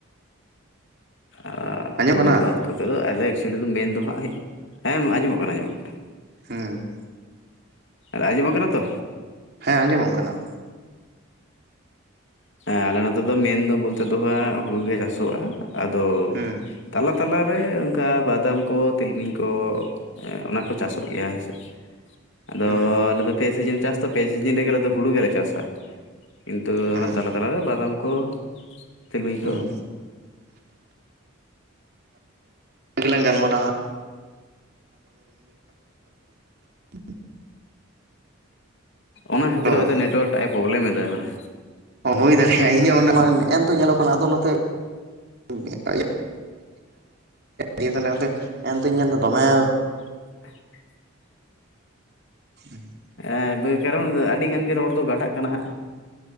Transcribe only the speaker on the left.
ᱮᱸ
ᱦᱩᱲᱩ
ᱵᱟᱫ ᱠᱚᱛᱮ ᱫᱚ ᱟᱞᱮ ᱮᱠᱪᱩᱭᱮᱞᱤ ᱫᱚ ᱢᱮᱱᱫᱚ ᱦᱟᱸᱜ ᱦᱮᱸ ᱟᱸᱡᱚᱢ ᱠᱟᱱᱟ ᱟᱡᱸᱚᱢᱚᱜ ᱠᱟᱱᱟ᱾
ᱟᱨᱮ ᱟᱸᱡᱚᱢᱚᱜ ᱠᱟᱱᱟ ᱛᱚ?
ᱦᱮᱸ ᱟᱞᱮ ᱱᱚᱛᱮ ᱫᱚ ᱢᱮᱱ ᱫᱚ ᱵᱚᱞᱛᱮ ᱫᱚ ᱦᱟᱸᱜ ᱦᱩᱲᱩ ᱜᱮ ᱪᱟᱥᱚᱜᱼᱟ ᱟᱫᱚ
ᱛᱟᱞᱟ ᱛᱟᱞᱟ ᱨᱮ ᱚᱝᱠᱟ ᱵᱟᱫᱟᱢ ᱠᱚ ᱛᱤᱞᱢᱤᱧ ᱠᱚ ᱮᱸ ᱚᱱᱟ ᱠᱚ ᱪᱟᱥᱚᱜ ᱜᱮᱭᱟ ᱦᱮᱸ ᱥᱮ᱾ ᱟᱫᱚ
ᱟᱞᱮᱫᱚ ᱯᱮ ᱥᱤᱡᱤᱱ ᱪᱟᱥ ᱛᱚ ᱯᱮ ᱥᱤᱡᱤᱱ ᱨᱮᱜᱮ ᱟᱞᱮ ᱫᱚ ᱦᱩᱲᱩ ᱜᱮᱞᱮ ᱪᱟᱥᱟ᱾ ᱛᱚ
ᱚᱱᱟ ᱛᱟᱞᱟ ᱛᱟᱞᱟᱨᱮ ᱵᱟᱫᱟᱢ ᱠᱚ ᱛᱤᱞᱢᱤᱧ
ᱠᱚ᱾
ᱚᱱᱟ ᱠᱷᱟᱹᱛᱤᱨ
ᱦᱚᱭᱛᱚ ᱱᱮᱴᱣᱟᱨᱠ ᱴᱟᱜ ᱮ ᱯᱚᱵᱞᱮᱢ ᱮᱫᱟᱭ ᱢᱟᱱᱮ᱾
<inaudible>
ᱮᱸ ᱫᱟᱹᱭ ᱠᱟᱨᱚᱱ ᱟᱹᱰᱤᱜᱟᱱ ᱜᱮ ᱨᱚᱲ ᱫᱚ ᱠᱟᱴᱟᱜ ᱠᱟᱱᱟ ᱦᱟᱸᱜ᱾